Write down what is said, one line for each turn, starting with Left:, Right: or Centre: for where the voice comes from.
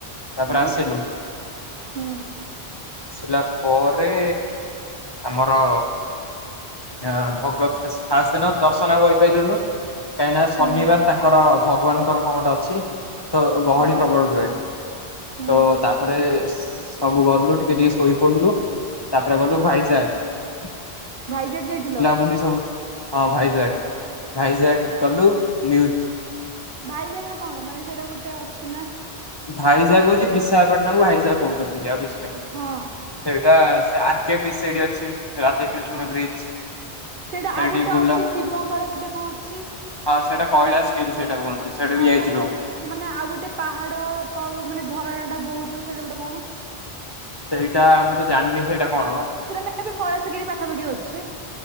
Left: ତାପରେ
Right: ହୁଁ
Left: ଆସିଲୁ।
Right: ହୁଁ
Left: ଆସିଲା ପରେ। ଆମର।
Right: ହଁ
Left: ଇଆ ଭଗତ ଫାସେ ଦିନ ଦର୍ଶନ ଆଉ କରିପାରିଲୁନୁ। କାହିଁକିନା
Right: ହୁଁ
Left: ଶନିବାର ତାଙ୍କର ଭଗବାନଙ୍କର ଫଣ୍ଡ ଅଛି। ତ ଗହଳି
Right: ହଁ
Left: ପ୍ରବଳ ରୁହେଁ।
Right: ହୁଁ
Left: ତ ତାପରେ ସବୁ ଗଲୁ ଟିକେ ଟିକେ ଶୋଇପଡ଼ିଲୁ। ତାପରେ ଗଲୁ ଭାଇସାଗ।
Right: ଭାଇଯାକ ଯାଇଥିଲ।
Left: ବୁଲି ସବୁ। ହଁ ଭାଇଜ୍ୱାକ ଭାଇଜ୍ୱାକ ଗଲୁୁ ମିୟୁଜୁ
Right: ଭାଇ ଜାଗାରେ କଣ ମାନେ ସେଇଟା ଗୋଟେ ଅଛି ନାଁ।
Left: ଭାଇଜ୍ୱାଗ ହଉଛି ବିଶାଖପାଟଣା କୁ ଭାଇଜା କହୁଛନ୍ତି ଆଉ କିଛି ନାଁ।
Right: ହଁ।
Left: ସେଇଟା ସେ ଆର୍ କେ ବି ସେଇଟି ଅଛି। ରାଧାକ୍ରିଷ୍ଣା
Right: ହଁ
Left: ବ୍ରିଜି।
Right: ସେଇଟା
Left: ସେଇଟି
Right: ଆଉ ଗୋଟେ
Left: ପୋଲ।
Right: ଅଛି ଶିବଙ୍କର ଗୋଟେ କଣ ଅଛି
Left: ହଁ ସେଇଟା କୈଳାସ କିଟି ସେଟା କୁହନ୍ତି। ସେଇଟା
Right: ହଁ
Left: ବି ଯାଇଥିଲୁ।
Right: ତାପରେ ଆ-ମାନେ ଆଉ ଗୋଟେ ପାହାଡ ତଳୁ ମାନେ ଝରଣା ଟା ବୋହୁତଥିବ ସେଇଟା ଗୋଟେ କଣ?
Left: ତେଇଟା ମୁଁ ତ ଜାଣିନେଇଁ ସେଇଟା କଣ?
Right: ସେଇଟା ମେବି କଳସଗିରି ପାଖାପାଖି ଅଛି।